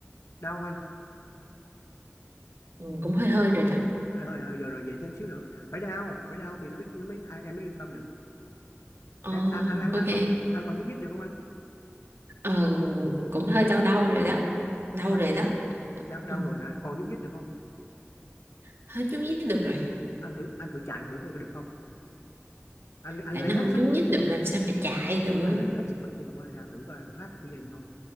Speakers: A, on the left (about 80°); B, on the right (about 60°).
A: đau không anh
B: ừ, cũng hơi hơi rồi đó
A: hơi hơi à, rồi rồi vậy thêm xíu nữa phải đau phải đau thì nó mới nó mới ai, em mới yên tâm được
B: ờ
A: em anh anh anh,
B: ok
A: anh còn anh còn nhúc nhích được không anh
B: ờ, cũng hơi đau đau rồi đó đau
A: Hết,
B: rồi đó
A: đau, đau
B: ừ,
A: rồi hả còn nhúc nhích được không
B: hết nhúc nhích được rồi
A: anh thử anh thử chạy thử coi có được không anh anh
B: tại
A: lấy
B: nó
A: hết
B: không
A: sức
B: nhúc nhích được làm sao mà chạy được
A: anh lấy hết sức bình sinh của anh ra thử coi anh có thoát được cái dây này không